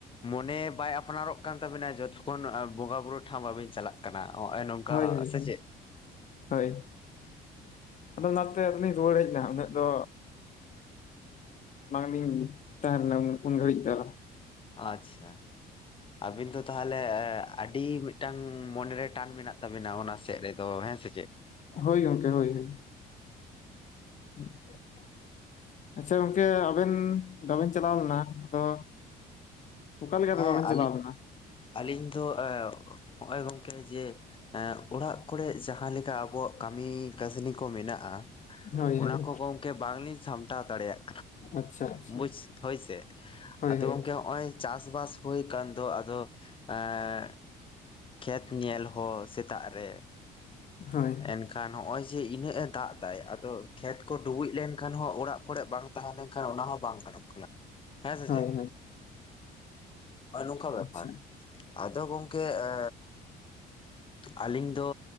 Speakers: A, on the left; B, on the left.
A: ᱢᱚᱱᱮ ᱵᱟᱭ ᱟᱯᱱᱟᱨᱚᱜ ᱠᱟᱱ ᱛᱟᱵᱤᱱᱟ ᱡᱚᱛᱚᱠᱷᱚᱱ ᱵᱚᱸᱜᱟ ᱵᱩᱨᱩ ᱴᱷᱟᱶ ᱵᱟᱵᱤᱱ ᱪᱟᱞᱟᱜ᱾ ᱠᱟᱱᱟ ᱦᱚᱸᱜᱼᱚᱭ ᱱᱚᱝᱠᱟ
B: ᱦᱳᱭ ᱦᱳᱭ
A: ᱥᱮ
B: ᱦᱳᱭ
A: ᱪᱮᱫ?
B: ᱦᱳᱭ ᱟᱫᱚ ᱚᱱᱟᱛᱮ ᱟᱞᱤᱧ ᱨᱩᱣᱟᱹᱲ ᱦᱮᱡ ᱮᱱᱟ ᱩᱱᱟᱹᱜ ᱫᱚ, ᱢᱟᱝᱢᱤᱧ ᱛᱟᱦᱮᱸ ᱞᱮᱱᱟ ᱩᱱ ᱜᱷᱟᱹᱲᱤᱡ ᱫᱚ᱾
A: ᱟᱪᱪᱷᱟ, ᱟᱵᱤᱱ ᱫᱚ ᱛᱟᱦᱚᱞᱮ ᱟᱹᱰᱤ ᱢᱤᱫᱴᱟᱝ ᱢᱚᱱᱮ ᱨᱮ ᱴᱟᱱ ᱢᱮᱱᱟᱜ ᱛᱟᱵᱤᱱᱟ᱾ ᱛᱟᱵᱤᱱᱟ ᱚᱱᱟ ᱥᱮᱫ ᱨᱮᱫᱚ ᱦᱮᱸ ᱥᱮ ᱪᱮᱫ
B: ᱦᱳᱭ ᱜᱚᱝᱠᱮ ᱦᱳᱭ ᱦᱳᱭ᱾ <unintelligible> ᱟᱪᱪᱷᱟ ᱜᱚᱝᱠᱮ ᱟᱵᱮᱱ ᱵᱟᱵᱮᱱ ᱪᱟᱞᱟᱣ ᱞᱮᱱᱟ ᱟᱫᱚ ᱚᱠᱟ ᱞᱮᱠᱟᱛᱮ
A: ᱦᱮᱸ
B: ᱵᱟᱵᱮᱱ ᱪᱟᱞᱟᱣ
A: ᱟᱞᱤᱧ
B: ᱞᱮᱱᱟ
A: ᱟᱹᱞᱤᱧ ᱫᱚ ᱦᱚᱜᱼᱚᱭ ᱜᱚᱢᱠᱮ ᱡᱮ ᱮᱸ ᱚᱲᱟᱜ ᱠᱚᱨᱮ ᱡᱟᱦᱟᱸ ᱞᱮᱠᱟ ᱟᱵᱚᱣᱟᱜ ᱠᱟᱹᱢᱤ ᱠᱟᱹᱥᱱᱤ ᱠᱚ ᱢᱮᱱᱟᱜᱼᱟ
B: ᱦᱳᱭ
A: ᱚᱱᱟ
B: ᱦᱳᱭ
A: ᱠᱚ ᱜᱚᱝᱠᱮ ᱵᱟᱝᱞᱤᱧ ᱥᱟᱢᱴᱟᱣ ᱫᱟᱲᱮᱭᱟᱜ
B: ᱟᱪᱪᱷᱟ ᱟᱪᱪᱷᱟ
A: ᱵᱩᱡᱽᱥ ᱦᱚᱭᱥᱮ
B: ᱦᱳᱭ
A: ᱟᱫᱚ
B: ᱦᱳᱭ
A: ᱜᱚᱝᱠᱮ ᱦᱚᱜ ᱼᱚᱭ ᱪᱟᱥ ᱵᱟᱥ ᱦᱩᱭ ᱠᱟᱱ ᱫᱚ ᱟᱫᱚ ᱦᱮᱸ ᱠᱷᱮᱛ ᱧᱮᱞ ᱦᱚᱸ ᱥᱮᱛᱟᱜ ᱨᱮ
B: ᱦᱚᱭ
A: ᱮᱱᱠᱷᱟᱱ ᱱᱚᱜ ᱚᱹᱭ ᱡᱮ ᱤᱱᱟᱹᱜ ᱮ ᱫᱟᱜ ᱮᱫᱟ ᱟᱫᱚ ᱠᱷᱮᱛ ᱠᱚ ᱰᱩᱵᱩᱡ ᱞᱮᱱᱠᱷᱟᱱ ᱮᱟᱱ ᱦᱚᱸ ᱚᱲᱟᱜ ᱠᱚᱨᱮ ᱵᱟᱝ ᱛᱟᱦᱮᱸ ᱞᱮᱱᱠᱷᱟᱱ ᱚᱱᱟ ᱦᱚᱸ ᱵᱟᱝ ᱜᱟᱱᱚᱜ ᱠᱟᱱᱟ ᱦᱮᱸ ᱥᱮ
B: ᱦᱳᱭ
A: ᱪᱮᱫ
B: ᱦᱳᱭ
A: ᱱᱚᱝᱠᱟ
B: ᱟᱪᱪᱷᱟ
A: ᱵᱮᱯᱟᱨ ᱟᱫᱚ ᱜᱚᱝᱠᱮ ᱮ ᱟᱹᱞᱤᱧ ᱫᱚ